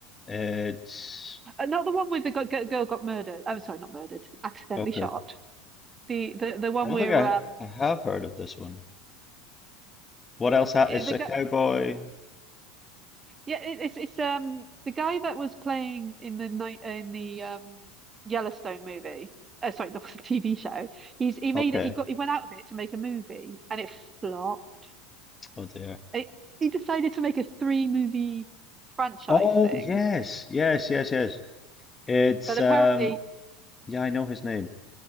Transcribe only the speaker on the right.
uh, not the one with the g- g- girl got murdered. Oh, sorry, not murdered, accidentally
shot. The the the one
where
um
eh,
the
guy
yeah it, it's it's um the guy that was playing in the night in the um Yellowstone movie. Uh, sorry, <laughs> not the TV show. He's he
made it. He got he went out of it to make a movie, and it flopped.
It, he decided to make a three movie franchise
thing,
but apparently